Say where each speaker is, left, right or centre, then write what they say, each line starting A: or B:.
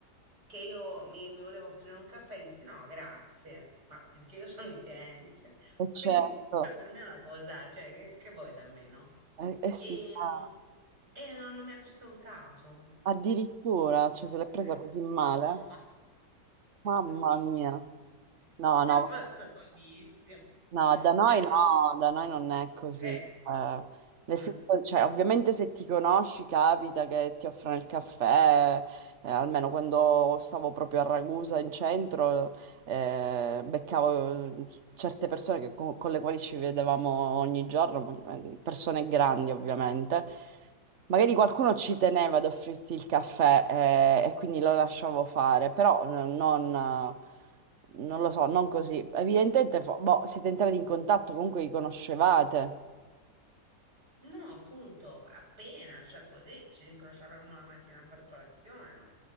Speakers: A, on the right (about 65°); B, on the right (about 45°).
A: che io mi, mi volevo offrire un caffè e dissi no, grazie, ma perché io sono di Firenze, <laughs>
B: E
A: quindi
B: certo.
A: cioè, per me è una cosa, cioè, che, che vuoi da me, no?
B: Eh, eh sì,
A: E,
B: ah,
A: mm, e non, non mi ha più salutato.
B: addirittura, cioè se l'è presa
A: <laughs>
B: così male, mamma
A: Sì,
B: mia. No,
A: È
B: no,
A: rimasto malissimo.
B: No, da noi
A: E
B: no,
A: vabbè.
B: da noi non è così.
A: Eh,
B: eh. nel
A: mm.
B: senso, cioè, ovviamente se ti conosci capita che ti offrono il caffè, eh, almeno quando stavo proprio a Ragusa in centro, eh, beccavo eh, certe persone che- con, con le quali ci vedevamo ogni giorno, mm, eh, persone grandi ovviamente. Magari qualcuno ci teneva ad offrirti il caffè, eh, e quindi lo lasciavo fare, però eh, non... eh, non lo so, non così. Evidentemente, fo- boh, siete entrati in contatto, comunque vi conoscevate.
A: No, appunto, appena, cioè così ci rincrociavamo la mattina a far colazione, ma